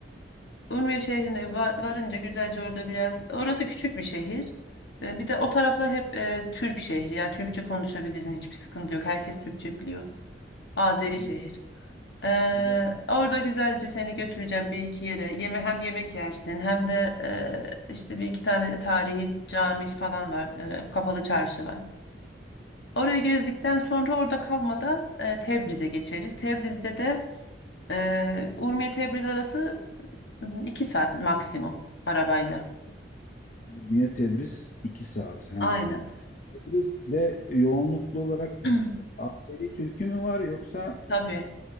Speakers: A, on the left (about 65°); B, on the left (about 45°).
A: Urmiye şehrine va- varınca güzelce orada biraz orası küçük bir şehir. E, Bir de o taraflar hep e, Türk şehri yani Türkçe konuşabilirsin hiçbir sıkıntı yok. Herkes Türkçe biliyor. Azeri
B: Yani
A: şehir. E,
B: Irak,
A: orada güzelce seni götüreceğim bir iki yere. Yeme hem yemek yersin hem de e, işte bir iki tane tarihi cami falan var. E, kapalı çarşı var. Oraya gezdikten sonra orada kalmadan e, Tebriz'e geçeriz. Tebriz'de de e, Urmiye-Tebriz arası m, iki saat maksimum arabayla.
B: Ürmiye, Tebriz 2 saat. He.
A: Aynen.
B: Tebriz'de yoğunluklu olarak
A: <clears throat>
B: Azeri Türk'ü mü var yoksa
A: Tabii.